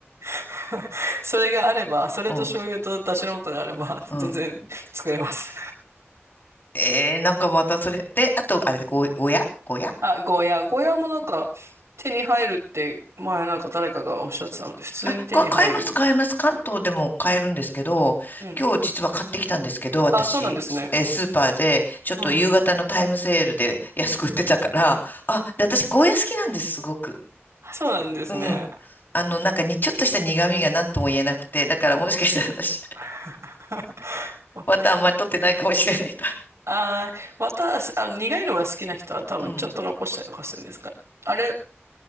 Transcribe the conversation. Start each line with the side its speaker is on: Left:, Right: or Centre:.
Right: <laughs> それがあれば、それと醤油と出汁の素があれば、
Left: うん。うん
Right: 全然作れます。
Left: えー、なんかまたそれ。で、あと、あれで、ご、ごやごや
Right: あ、ゴーヤー。ゴーヤーもなんか手に入るって前なんか誰かがおっしゃってたので、普通に手に入るよ。
Left: あ、こ買えます、買えます。関東でも買えるんですけど、
Right: うん。
Left: 今日実は買ってきたんですけど、私、
Right: あ、そうなんですね。
Left: スえースーパーで、ちょっと夕方のタイムセールで安く売ってたから、
Right: うんうん。
Left: あ、で、私、ゴーヤ好きなんです、すごく。
Right: あ、そうなんですね。
Left: うん。あの、なんかに、ちょっとした苦味が何とも言えなくて、だからもしかしたら私、
Right: <laughs>
Left: またあんまり取ってないかもしれないな。
Right: あー、また、あ、苦いのが好きな人は多分ちょっと残したりとかするんですかね。
Left: うん、
Right: あれ、